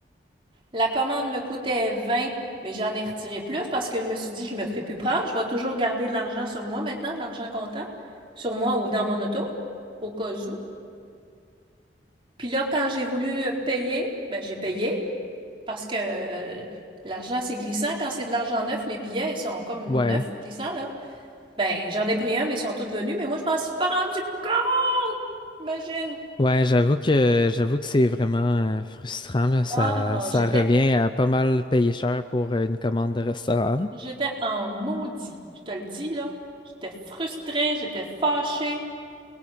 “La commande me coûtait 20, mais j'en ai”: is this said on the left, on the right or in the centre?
Right